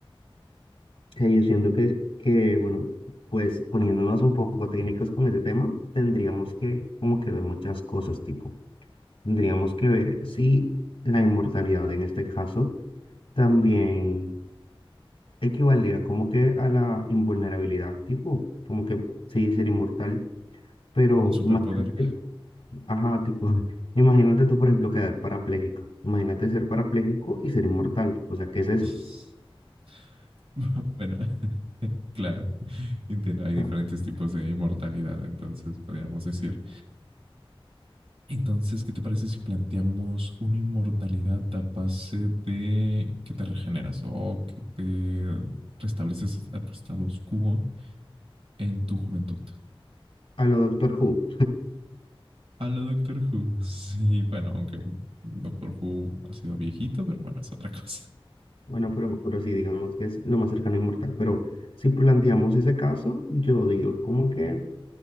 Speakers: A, on the left (about 75°); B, on the right (about 85°).
A: Que yo siento que, que, bueno, pues poniéndonos un poco técnicos con ese tema, tendríamos que como que ver muchas cosas, tipo, tendríamos que ver si la inmortalidad en este caso también equivaldría como que a la invulnerabilidad, tipo, como que sí, ser inmortal, pero
B: Un superpoder.
A: imagínate Ajá, tipo, <laughs> imagínate tú, por ejemplo, quedar parapléjico. Imagínate ser parapléjico y ser inmortal. O sea, ¿qué es eso?
B: <laughs> <laughs> Bueno, <laughs> claro, entiendo, hay diferentes
A: A
B: tipos de inmortalidad, entonces podríamos decir. Entonces, ¿qué te parece si planteamos una inmortalidad a base de que te regeneras o que te restableces a tu status quo en tu juventud?
A: a lo Doctor Who.
B: A la Doctor Who. Sí, bueno, aunque Doctor Who ha sido viejito, pero bueno, es otra cosa.
A: Bueno, pero, pero sí, digamos que es lo más cercano a inmortal. Pero si planteamos ese caso, yo digo como que,